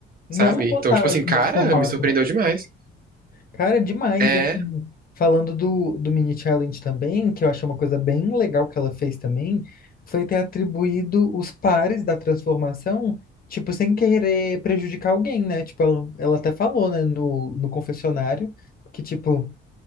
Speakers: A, on the left; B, on the right.
A: Não
B: sabe?
A: total,
B: Então, tipo assim,
A: assim,
B: cara,
A: nesse formato,
B: me surpreendeu
A: né?
B: demais.
A: Cara, demais.
B: É.
A: E assim, falando do, do mini challenge também, que eu achei uma coisa bem legal que ela fez também, foi ter atribuído os pares da transformação, tipo, sem querer prejudicar alguém, né? Tipo, ela, ela até falou, né, no, no confessionário, que tipo,